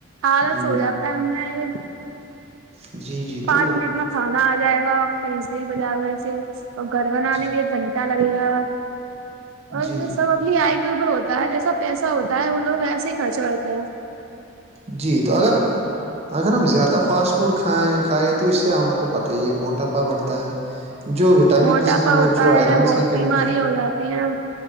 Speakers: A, on the right; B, on the right.
A: آالس
B: جی
A: ہو جاتا ہے
B: جی جی
A: پانچ
B: تو
A: منٹ میں کھانا آ جائے گا کہیں سے ہی بجار میںے اور گھر بنانے
B: جی
A: میں کھنٹا لگے گا اور
B: جی جی
A: یہ سب نی آئی کے اوپر ہوتا ہے جیسا پیسہ ہوتا ہے وہ لوگ ایسے ہی خرچ کرتے ہیں
B: جی تو اگر اگر ہم زیادہ فاٹ فوڈ کھائیں کھائائے تو اس سے ہم کو پتہ ہی ہے موٹاپا بڑھتا ہے جو وٹامنس
A: موٹاپا
B: ہیں
A: ہوتا
B: اور جو آئرنس
A: ہے بہت
B: کی
A: بیماریاں
B: کمی ہے
A: ہو جاتی ہیں